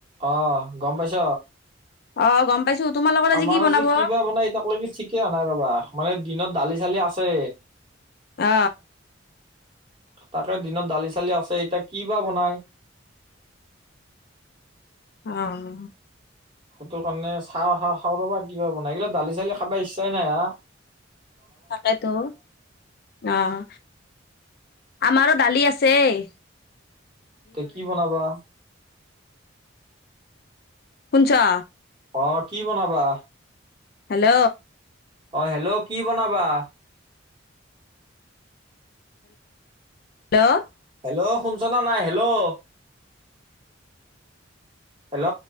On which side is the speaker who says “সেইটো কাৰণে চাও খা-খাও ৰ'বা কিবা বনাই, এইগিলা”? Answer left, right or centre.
Right